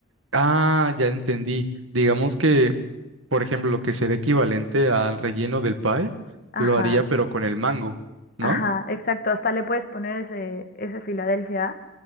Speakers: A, on the right; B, on the left.
A: Ah, ya entendí. Digamos que, por ejemplo, lo que sería equivalente al relleno del pie,
B: Ajá,
A: lo haría pero con el mango, ¿no?
B: ajá, exacto. Hasta le puedes poner ese, ese Filadelfia.